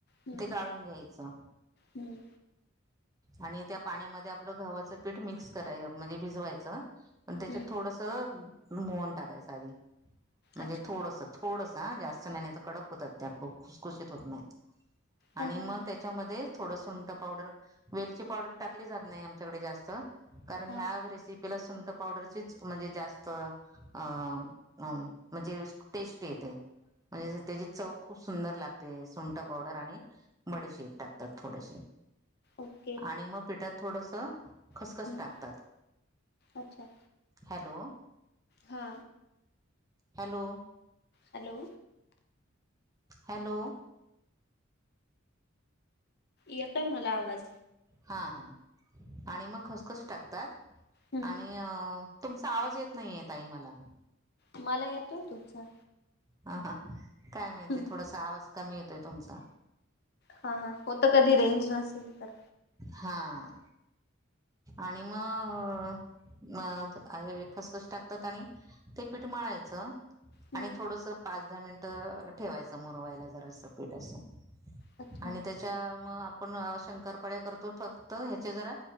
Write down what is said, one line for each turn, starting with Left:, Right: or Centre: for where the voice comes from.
Left: हम्म
Right: ते गाळून घ्यायचं
Left: हम्म
Right: आणि त्या पाण्यामध्ये आप- आपलं गवा्हाचं पीठ मिक्स कराय म्हणजे भिजवायचं आणि त्याच्यात
Left: हम्म
Right: थोडसं- मोन टाकायचाध म्हणजे
Left: अच्छा
Right: थोडस थोड जास्त नाही नाही कडक होतात त्या खूप खुसखुशीत होत नाहीत आणि
Left: हा
Right: मग
Left: हा हा
Right: त्याच्यामध्ये थोडं सुंट पावडर वेलची पावडर टाकली जात नाही आमच्याकडे जास्त कारण
Left: हा
Right: ह्या रेसिपीला सु पावडरचीच म्हणजे जास्त अं अं म्हणजे टेस्ट येते. म्हणजे स त्याची चव खूप सुंदर लागते. सुंट पावडर आणि बडेशीत टाकतात थोडेशी.
Left: ओके
Right: आणि म पिठात थोडसं- खसखस
Left: हम्म
Right: टाकतात.
Left: अच्छा
Right: हॅलो.
Left: हा
Right: हॅलो.
Left: हॅलो.
Right: हॅलो.
Left: येतय मला आवाज.
Right: हां-हां आणि मग खसखस टाकतात.
Left: हम्म
Right: आणि तुमचा आवाज येत नईये ताई मला.
Left: मला येतोय तुमचा.
Right: हां-हां काय माहिती
Left: हम्म
Right: थोडासं आवाज कमी येतोय तुमचा.
Left: हां-हां होतं कधी रेंज नसेल तर.
Right: हां आणि म अं त आहे खसखस टाकतात आणि ते पीठ मळायचं.
Left: हम्म
Right: आणि थोडंसं पाच दहा मिनिटं ठेवायचं मुर व्हायला जरासं पीठ असं.
Left: अच्छा
Right: आणि त्याच्या म आपण शंकरपाड्या करतो फक्त ह्याचे जरा